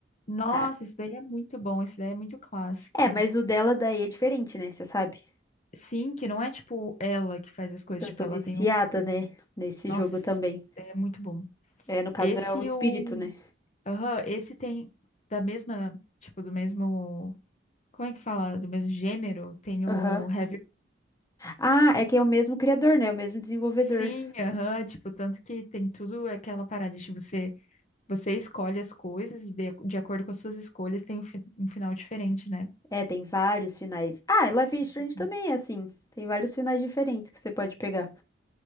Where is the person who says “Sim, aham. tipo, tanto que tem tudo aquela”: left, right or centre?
Left